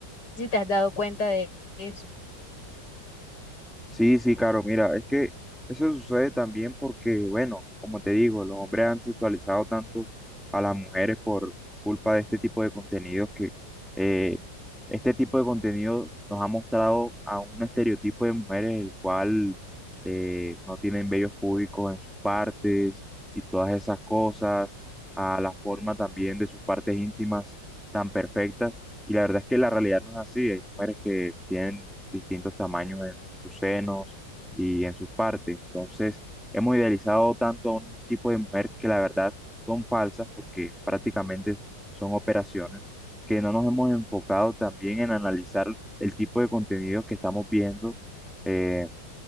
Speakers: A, on the left; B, in the centre.
A: Si te has dado cuenta de eso,
B: Sí, sí, claro, mira, es que eso sucede también porque, bueno, como te digo, los hombres han sexualizado tanto a las mujeres por culpa de este tipo de contenidos que eh, este tipo de contenido nos ha mostrado a un estereotipo de mujeres el cual eh, no tienen vellos públicos en sus partes y todas esas cosas, a la forma también de sus partes íntimas tan perfectas y la verdad es que la realidad no es así. Hay mujeres que tienen distintos tamaños en sus senos y en sus partes. Entonces, hemos idealizado tanto a un tipo de mujer que la verdad son falsas porque prácticamente son operaciones, que no nos hemos enfocado también en analizar el tipo de contenido que estamos viendo eh,